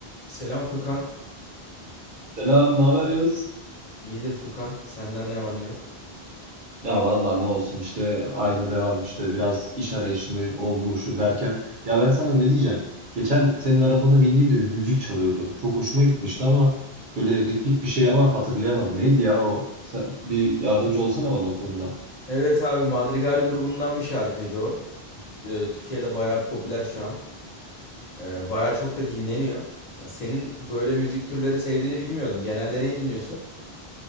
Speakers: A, on the left; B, on the right.
A: Selam Furkan.
B: Selam, ne haber Yağız?
A: İyidir Furkan. Senden ne var ne yok.
B: Ya vallahi ne olsun işte aynı devam işte biraz iş arayışındayım o bu şu derken. Ya ben sana ne diyeceğim? Geçen senin arabana bindiğimde bir müzik çalıyordu. Çok hoşuma gitmişti ama böyle ritmik bir şey ama hatırlayamadım. Neydi ya o? Sen bir yardımcı olsana bana o konuda.
A: Evet abi Madrigal grubundan bir şarkıydı o. Ee, Türkiye'de bayağı popüler şu an. Ee, bayağı çok da dinleniyor. E, Senin böyle müzik türleri sevdiğini bilmiyordum. Genelde ne dinliyorsun?